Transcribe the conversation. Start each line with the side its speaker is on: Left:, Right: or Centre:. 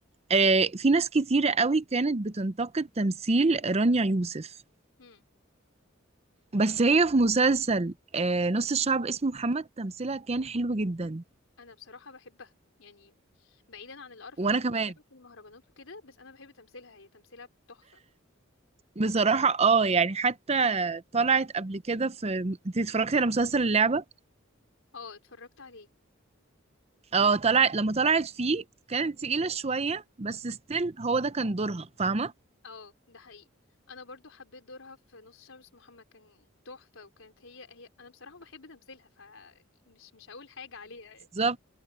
Right: آه في ناس كتيرة قوي كانت بتنتقد تمثيل رانيا يوسف
Left: مم.
Right: بس هي في مسلسل آه، نص الشعب اسمه محمد تمثيلها كان حلو جدا
Left: انا بصراحة بحبها يعني بعيدا عن القرف
Right: وانا
Left: اللي
Right: كمان
Left: بيعمله في المهرجانات وكده بس انا بحب تمثيلها هي تمثيلها تحفة
Right: بصراحة اه يعني حتى طلعت قبل كده في انت اتفرجتي على مسلسل اللعبة
Left: اه اتفرجت عليه
Right: اه طلعت لما طلعت فيه كانت تقيلة شوية بس ستيل هو ده كان دورها فاهمة
Left: اه ده حقيقي انا برضو حبيت دورها في نص شعب اسمه محمد كان تحفة وكانت هي هي انا بصراحة بحب تمثيلها فمش مش هقول حاجة عليها
Right: ظابط